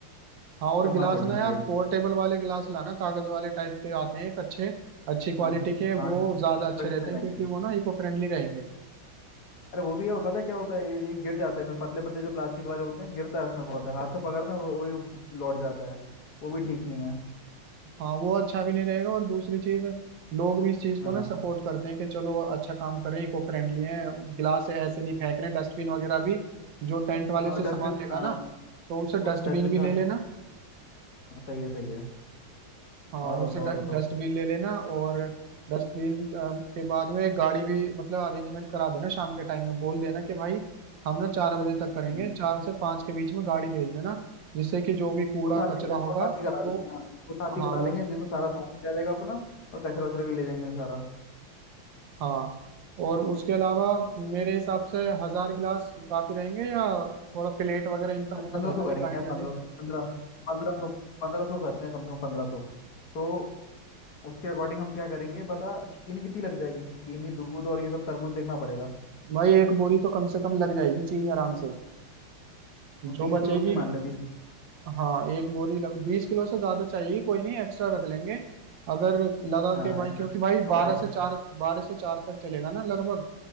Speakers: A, on the right; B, on the left.
A: हाँ और
B: कम
A: गिलास
B: ना पड़नी
A: ना
B: चाहिए
A: यार पोर्टेबल वाले गिलास लाना कागज वाले टाइप के आते हैं एक अच्छे अच्छी क्वालिटी
B: हाँ
A: के
B: हाँ
A: वो ज्यादा अच्छे
B: बल्क
A: रहते
B: में
A: हैं
B: लेंगे
A: क्योंकि वो ना इको फ्रेंडली रहेंगे
B: अरे वो भी है और पता है क्या होता है ये ये गिर जाता है इनमें पतले पतले जो प्लास्टिक वाले होते हैं गिरता है उसमें बहुत है हाथ से पकड़ते हैं वो- वही ब- लौट जाता है वो भी ठीक नहीं है
A: हाँ वो अच्छा भी नहीं रहेगा और दूसरी चीज लोग भी इस चीज
B: हाँ
A: को ना सपोर्ट करते हैं कि चलो अच्छा काम कर रहे हैं इको फ्रेंडली है गिलास ऐसे नहीं फेंक रहे डस्टबिन वगैरह भी जो टेंट वाले
B: हाँ
A: से सामान
B: डस्टबिन
A: लेगा
B: हाँ
A: ना तो उसे डस्टबिन
B: डस्टबिन
A: भी
B: का
A: ले
B: हट-
A: लेना
B: हाँ, सही है सही है
A: हाँ
B: और
A: उससे
B: बताओ और बताओ
A: डस्टबिन ले लेना और डस्टबिन के बाद में एक गाड़ी भी मतलब अरेंजमेंट करा देना शाम के टाइम में बोल देना कि भाई हम ना चार बजे तक करेंगे
B: हम्म।
A: चार से पाँच के बीच में गाड़ी भेज देना जिससे कि जो भी कूड़ा
B: छोट हाथी
A: कचरा
B: छोट
A: होगा
B: हाथी करा
A: वो
B: लेंगे हाँ छोट हाथी
A: हाँ
B: करा
A: वो
B: लेंगे जिसमें सारा सामान भी आ जाएगा अपना और कचरा वचरा भी ले जाएंगे सारा
A: हाँ और उसके अलावा मेरे हिसाब से हजार गिलास काफी रहेंगे या थोड़ा प्लेट वगैरह इनका
B: नहीं यार
A: मुझे
B: पंद्रह
A: बता
B: सौ करेंगे
A: एक आइडिया
B: यार पंद्रह
A: दे
B: पंद्रह पंद्रह सौ पंद्रह सौ करते हैं कम से कम पंद्रह सौ तो उसके अकॉर्डिंग हम क्या करेंगे बता चीनी कितनी लग जाएगी चीनी दूध और ये सब तरबूज देखना पड़ेगा
A: भाई एक बोरी तो कम से कम लग जाएगी चीनी आराम से जो
B: बीस
A: बचेगी
B: किलो की मान ले बीस किलो
A: हाँ एक बोरी लग, बीस किलो से ज्यादा चाहिए कोई नहीं एक्स्ट्रा रख लेंगे अगर लगा
B: हाँ
A: के भाई
B: एक्स्ट्रा
A: क्योंकि
B: रखना
A: भाई बारह
B: पड़े
A: से चार बारह से चार तक चलेगा ना लगभग